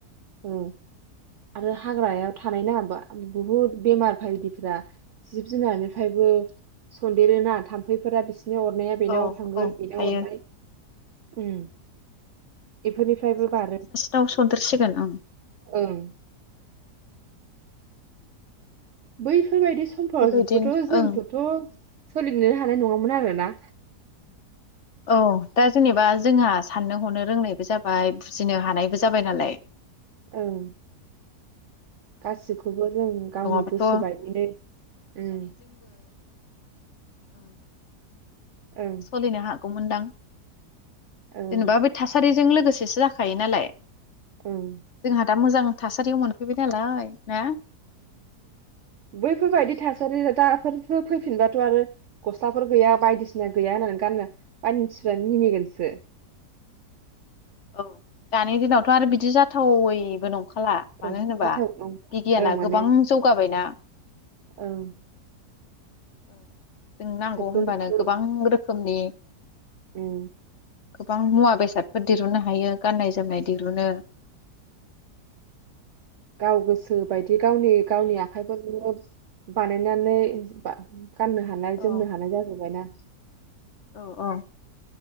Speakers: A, on the right; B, on the left.
A: ओं आरो हाग्राया थानाय नङा बुहुत बेमार बायदिफोरा जिब जुनारनिफ्रायबो सनदेरोना थाम्फैफोरा बिसि बिनि अरनाया बेनाव
B: औ
A: थांगोन
B: औ
A: बेनाव
B: थायो
A: अरनाय ओम बेफोरनिफ्रायबो बारो
B: दाव सनदेरसिगोन ओं
A: ओं बै फोयबायदि समफावबोथ'
B: बेबायदिनो
A: जोंफोथ'
B: ओं
A: सोलिनोनो हानाय नङा मोन आरोना
B: औ दा जेनेबा जोंहा साननो हनो रोंनायबो जाबाय बुजिनो हानायबो जाबाय नालाय
A: ओं गासिखौबो जों
B: नङाबाथ'
A: गावनि गोसोबायदिनो ओम
B: औ
A: ओं
B: सलिनो हा गौमोनदां
A: ओं
B: जेनेबा बे थासारिजों जों लोगोसेसो जाखायो नालाय।
A: ओं
B: जोंहा दा मोजां थासारियाव मोनफैबाय नालाय ना
A: बैफोरबायदि थासारि दाफोर फैफिनबाथ' आरो गस्लाफोर गैया बायदिसिना गैया होननानै गानो मानसिफ्रा मिनिगोनसो
B: औ दानि दिनावथ' आरो बिदि जाथावैबो नं नंखाला मानो
A: ओं
B: होनोबा
A: हाथाव ओं
B: बिगियाना
A: ओं माने
B: गोबां जौगाबायना
A: ओं
B: औ जों नांगौ
A: सोखो
B: होनबानो
A: मोखो
B: गोबां रोखोमनि
A: ओं
B: गोबां मुवा बेसादफोर दिरुननो हायो गाननाय जोमनाय दिरुनो
A: गाव गोसो बायदि जि गावनि गावनि आखाइफोरजोंनो बानायनानै गाननो हानाय
B: औ
A: जोमनो हानाय जाजोब्बायना
B: औ अ